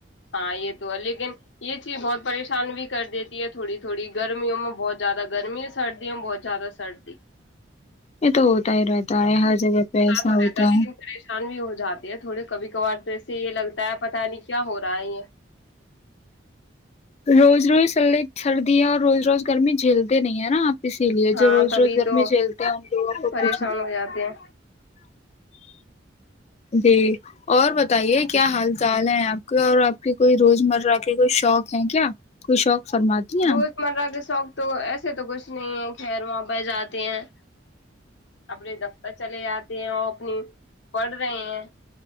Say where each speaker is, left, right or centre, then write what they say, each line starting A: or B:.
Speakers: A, on the left (about 70°); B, on the left (about 35°).
A: ہاں یہ تو ہے لیکن یہ چیز بہت پریشان بھی کر دیتی ہے تھوڑی تھوڑی گرمیوں میں بہت زیادہ گرمی سردیوں میں بہت زیادہ سردی
B: یہ تو ہوت آ رہا تار ہر جگہ پیسا
A: تو رہتا
B: ہوتا
A: ہے لیکن پریشان بھی ہو جاتا تھوڑے کبھی کبھار توسے یہ لگتا ہے پتا نہیں کیا ہو رہا ہے یہ
B: روز روز سے سردیاں اور روز روز گرمی جھیلتے نہیں ہے نا آپ اسی لیے
A: ہاں
B: جو روز
A: تبھی
B: روز گھر
A: تو
B: میں جھیلتے ہیں ان لوگوں کو
A: پریشان
B: کچھ
A: ہو جاتے ہیں
B: جی اور بتائیے کیا حال چال ہیں آپ کے اور آپ کی کوئی روزمرہ کے کوئی شوق ہے کیا کوئی شوق فرماتی ہیں
A: روزمرہ
B: آپ
A: کے شوق تو ایسے تو کچھ کچھ نہیں ہے خیر وہاں بہ جاتے ہیں اپنے دفتر چلے جاتے ہیں اور اپنی پڑھ رہے ہیں